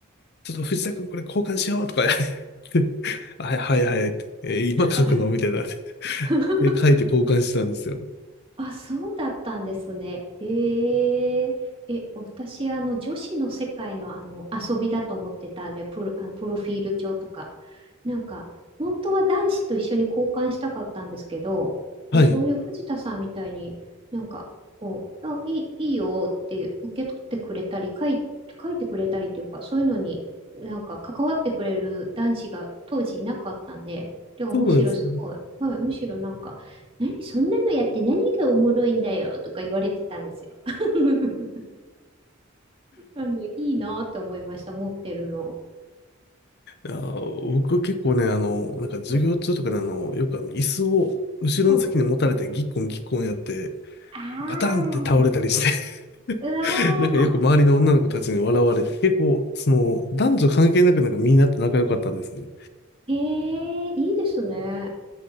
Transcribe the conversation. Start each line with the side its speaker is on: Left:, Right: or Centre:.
Left: ちょっと藤田くんこれ交換しようとか言って、<laughs> はいはいはいって、えー今書くのみたいな。
Right: はい。
Left: <laughs>
Right: <laughs>
Left: で、書いて交換してたんですよ。
Right: あ、そうだったんですね。えええ、私、あの、女子の世界の、あの、遊びだと思ってたんで、プロ、あの、プロフィール帳とか。なんか、本当は男子と一緒に交換したかったんですけど、
Left: はい。
Right: え、そういう藤田さんみたいになんか、こう、あ、いい、いいよって受け取ってくれたり、書い、書いてくれたりというか、そういうのになんか関わってくれる男子が当時いなかったんで、ではむしろすごい、
Left: そうなんですね。
Right: はい、むしろなんか、何そんなのやって何がおもろいんだよとか言われてたんですよ。<laughs> あの、いいなって思いました、持ってるの。
Left: いやー、僕結構ね、あの、なんか授業中とかであの、
Right: はい。
Left: よくあの、椅子を後ろの席に持たれてギッコンギッコンやって、
Right: はい。ああ、
Left: バタンって倒れたりして
Right: うわあ、
Left: <laughs> なんかよく周りの女の子たちに笑われて、結構、その、男女関係なくなんかみんなと仲良かったんですよね。
Right: へえ、いいですね。